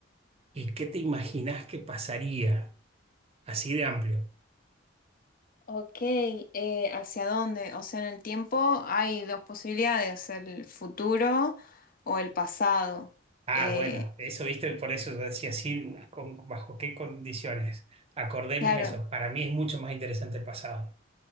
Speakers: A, on the right; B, on the left.
A: y qué te imaginás que pasaría, así de amplio.
B: Ok, eh, ¿hacia dónde? O sea, en el tiempo hay dos posibilidades, el futuro o el pasado.
A: Ah,
B: Eh,
A: bueno, eso viste, por eso yo decía, sí, con- bajo qué condiciones. Acordemos
B: claro,
A: eso. Para mí es mucho más interesante el pasado.